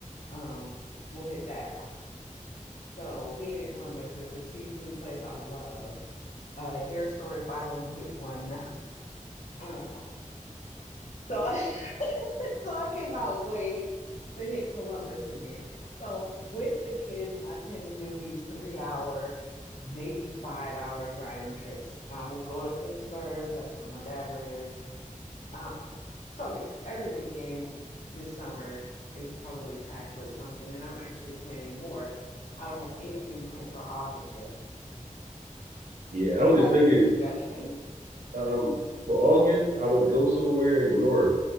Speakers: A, on the left; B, on the right.
A: um, we'll hit that. So being in Columbus, there's a seafood place I love. Uh, the hair store is buy one, get one. Um, so <laughs> So I cannot wait to hit Columbus again. So with the kids, I tend to do these three hour, maybe five hour driving trips. Um, we'll go to Pittsburgh. That's where my dad lives. Um, so yeah, every weekend this summer is probably packed with something, and I'm actually planning more. I don't have anything planned for August yet.
B: <laughs> yeah, I
A: Do
B: was
A: you
B: just
A: have
B: thinking
A: any suggestions?
B: Um, for August, I would go somewhere north